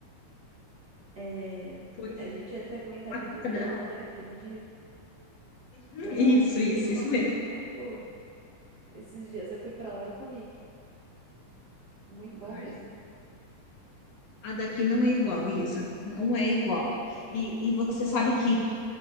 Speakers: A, on the right (about 80°); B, on the left (about 65°).
A: É,
B: Pois
A: a gente
B: é.
A: ia até comentar de
B: A cuca
A: Blumenau,
B: da...
A: né? Aquele dia.
B: Hum,
A: Lá
B: Isso,
A: eles
B: isso,
A: têm uma
B: isso
A: cuca
B: mesmo.
A: muito boa. Esses dias eu fui pra lá e eu comi. Muito bom
B: Ai,
A: mesmo.
B: A daqui não é igual, Isa. Não é igual. E, e você sabe que